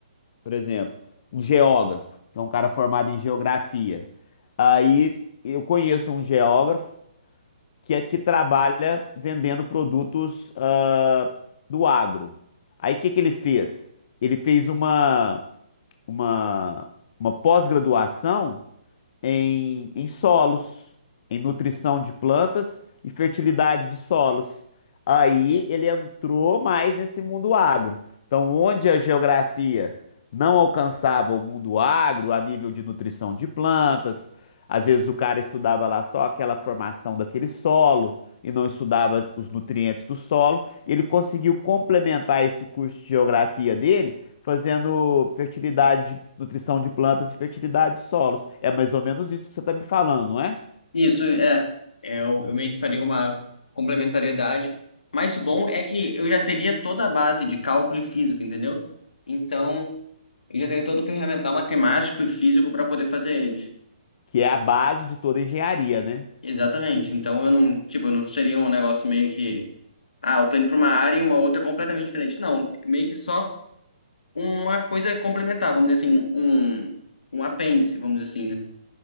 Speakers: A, on the left; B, on the left.
A: por exemplo, um geógrafo, que é um cara formado em geografia. Aí eu conheço um geógrafo que é que trabalha vendendo produtos ah, do agro. Aí o que que ele fez? Ele fez uma, uma, uma pós-graduação em, em solos, em nutrição de plantas e fertilidade de solos. Aí ele entrou mais nesse mundo agro. Então, onde a geografia não alcançava o mundo agro a nível de nutrição de plantas, às vezes o cara estudava lá só aquela formação daquele solo e não estudava os nutrientes do solo. Ele conseguiu complementar esse curso de geografia dele fazendo fertilidade, nutrição de plantas e fertilidade de solos. É mais ou menos isso que você está me falando, não é?
B: Isso, é. É, Eu, eu meio que faria uma complementariedade. Mas o bom é que eu já teria toda a base de cálculo e física, entendeu? Então, eu já teria todo o ferramental matemático e físico para poder fazer eles.
A: Que é a base de toda a engenharia, né?
B: Exatamente. Então, eu não, tipo, não seria um negócio meio que, ah, eu tô indo para uma área e uma outra é completamente diferente. Não, meio que só uma coisa complementar, vamos dizer assim, um, um apêndice, vamos dizer assim, né?